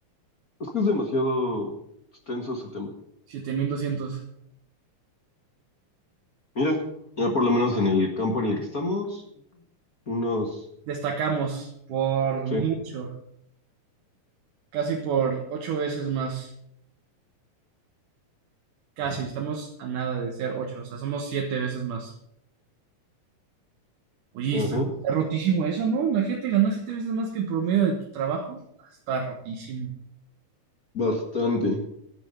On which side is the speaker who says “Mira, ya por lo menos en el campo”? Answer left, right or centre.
Left